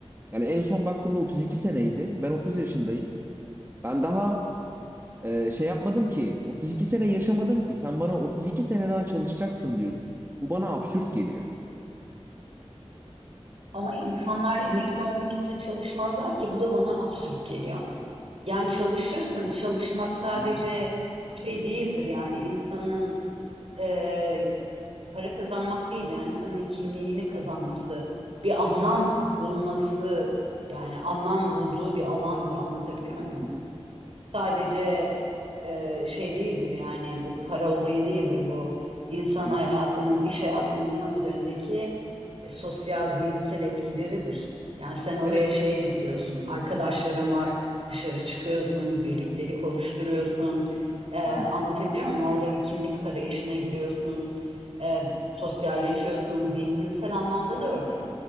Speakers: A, on the right (about 20°); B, on the right (about 65°).
A: Yani en son baktığımda 32 seneydi. Ben 30 yaşındayım. Ben daha e, şey yapmadım ki 32 sene yaşamadım ki sen bana 32 sene daha çalışacaksın diyorsun. Bu bana absürt geliyor.
B: Ama insanlar emekli olmak için çalışmazlar ki bu da bana absürt geliyor. Yani çalışırsın, çalışmak sadece
A: Hı hı,
B: şey değildir yani insanın e, para kazanmak değil yani insanın kimliğini kazanması, bir anlam bulması yani anlam bulduğu bir alandır anlatabiliyor muyum?
A: hı hı,
B: sadece e, şey değildir yani bu para olayı değildir bu insan
A: hı hı.
B: hayatının iş hayatının insan üzerindeki e, sosyal zihinsel etkileridir. Yani sen oraya
A: Evet.
B: şeye gidiyorsun arkadaşların var dışarı çıkıyorsun birliktelik oluşturuyorsun E,
A: Hı
B: anlatabiliyor
A: hı,
B: muyum? Orada bir kimlik arayışına giriyorsun e, sosyalleşiyorsun zihinsel anlamda da öyle.